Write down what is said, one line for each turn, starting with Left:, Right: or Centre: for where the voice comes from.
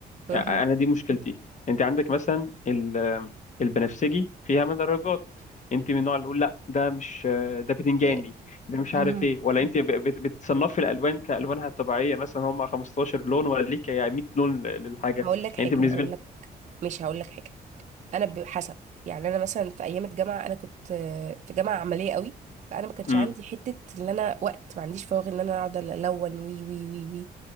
Right: مهم.
Left: انا دي مشكلتي انت عندك مثلا ال- البنفسجي فيها مدرجات انت من النوع اللي يقول لا ده مش ده بتنجاني
Right: إيه،
Left: ده مش
Right: مهم.
Left: عارف ايه ولا انت ب- بت- بتصنفي الالوان كالوانها الطبيعيه مثلا هم 15 لون ولا ليك يعني 100 لون ل- للحاجه
Right: هقول لك حاجه
Left: يعني انت بالنسبه
Right: هقول
Left: لك
Right: لك ماشي هقول لك حاجه انا ب- حسب يعني انا مثلا في ايام الجامعه انا كنت آه، في جامعه عمليه قوي فانا ما كانش
Left: امم
Right: عندي حته ان انا وقت ما عنديش فراغ ان انا اقعد الون وي وي وي وي